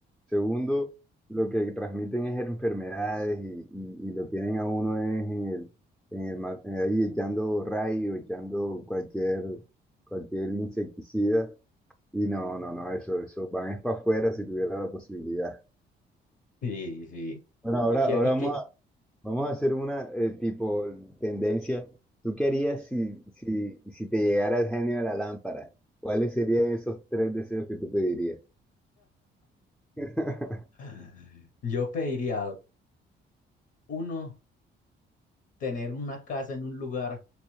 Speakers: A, in the centre; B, on the left.
A: Segundo, lo que transmiten es enfermedades y, y- y lo tienen a uno es en el, en el, ma- eh, ahí echando rayo, echando cualquier, cualquier insecticida. Y no, no, no, eso, eso van es para afuera si tuviera la posibilidad.
B: Sí, sí.
A: Bueno, ahora,
B: Y que,
A: ahora
B: y
A: vamos
B: que
A: Vamos a hacer una eh, tipo tendencia. ¿Tú qué harías si, si, si te llegara el genio de la lámpara? ¿Cuáles serían esos tres deseos que tú pedirías? <laughs>
B: <laughs> yo pediría, uno, tener una casa en un lugar,